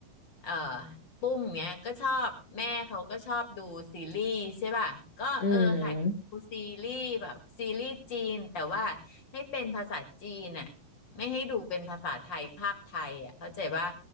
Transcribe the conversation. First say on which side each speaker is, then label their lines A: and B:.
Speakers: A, on the left; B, on the left.
A: เอ่อปุ้มเนี้ยก็ชอบแม่เขาก็ชอบดูซีรีส์ใช่ป่ะก็เออหันไปดูซีรีส์แบบซีรีส์จีนแต่ว่า
B: อืม
A: ให้เป็นภาษาจีนอ่ะ ไม่ให้ดูเป็นภาษาไทยภาคไทยอ่ะเข้าใจป่ะ